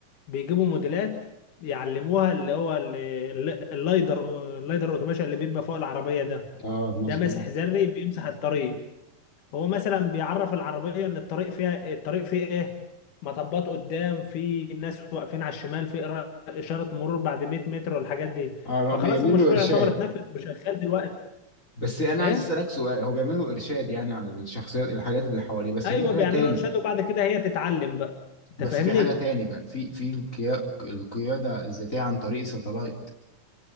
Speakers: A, on the left (about 75°); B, on the left (about 25°).
A: بيجيبوا موديلات يعلموها اللي هو ال- ال- اللايدر اللايدر اوتوميشن اللي بيبقى فوق العربية ده
B: اه مظبوط
A: ده ماسح ذري بيمسح الطريق هو مثلا بيعرف العربية ان الطريق فيها الطريق فيه ايه مطبات قدام في ناس واقفين على الشمال في إشارة مرور بعد 100 متر والحاجات دي
B: اه هو
A: فخلاص
B: بيعمل
A: المشروع
B: له ارشاد
A: يعتبر اتنفذ وشغال دلوقتي
B: بس انا
A: ايه
B: عايز اسالك سؤال هو بيعمل له ارشاد يعني على الشخصيات الحاجات اللي حواليه بس
A: ايوه
B: في حاجه
A: بيعملوا
B: تاني
A: ارشاد وبعد كده هي تتعلم بقى انت
B: بس
A: فاهمني
B: في حاجه تاني بقى في في القيا- القياده الذاتيه عن طريق ساتلايت